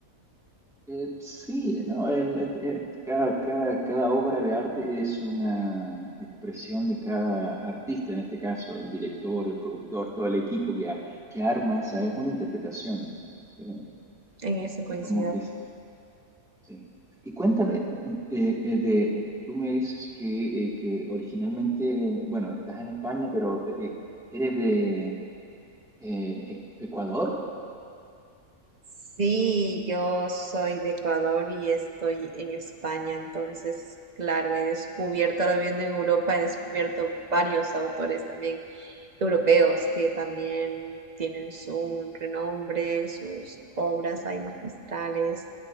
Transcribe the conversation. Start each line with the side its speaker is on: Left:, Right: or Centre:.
Centre: Eh, sí, no, el- el- el- cada, cada, cada obra de arte es una expresión de cada artista, en este caso el director, el productor, todo el equipo que, a- que arma esa, es una interpretación. Eh,
Right: en eso, coincido
Centre: es como que es- sí. Y cuéntame, eh, eh, de, eh, tú me dices que, eh, que originalmente, eh, bueno, estás en España, pero eh, eh, eres de eh, Ecuador.
Right: Sí, yo soy de Ecuador y estoy en España, entonces, claro, he descubierto, ahora viviendo en Europa, he descubierto varios autores también europeos que también tienen su renombre, sus obras hay magistrales.